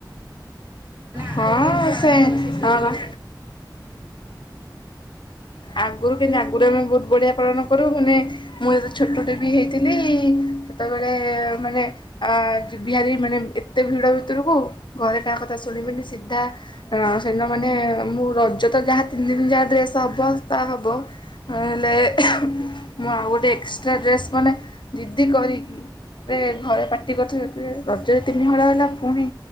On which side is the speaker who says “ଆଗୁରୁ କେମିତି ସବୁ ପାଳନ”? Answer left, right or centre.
Right